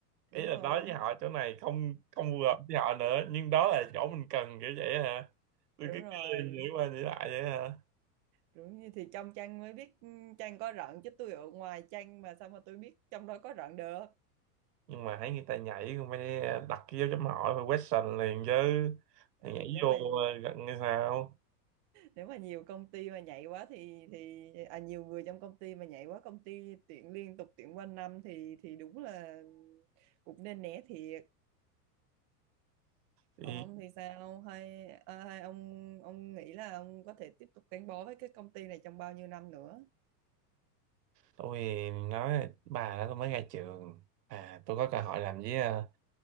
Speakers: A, on the right; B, on the right.
A: đúng
B: ý là
A: rồi
B: nói với họ chỗ này không không phù hợp với họ nữa nhưng đó là chỗ mình cần kiểu vậy hả tôi
A: đúng
B: cứ
A: rồi
B: cứ nghĩ qua nghĩ lại vậy hả
A: đúng như thì trong chăn mới biết ừ, chăn có rận chứ tôi ở ngoài chăn mà sao mà tôi biết trong đó có rận được
B: nhưng mà thấy người ta nhảy không phải đặt cái dấu chấm hỏi phải question liền chứ
A: ừ
B: Mày nhảy
A: nếu
B: vô
A: mà
B: ờ, gần như sao
A: nếu mà nhiều công ty mà nhảy quá thì thì à, nhiều người trong công ty mà nhảy quá công ty tuyển liên tục tuyển quanh năm thì thì đúng là cũng nên né thiệt
B: thì
A: còn ông thì sao hay, à, hay ông ông nghĩ là ông có thể tiếp tục gắn bó với cái công ty này trong bao nhiêu năm nữa
B: tôi nói là, bà đó tôi mới ra trường à tôi có cơ hội làm với ờ,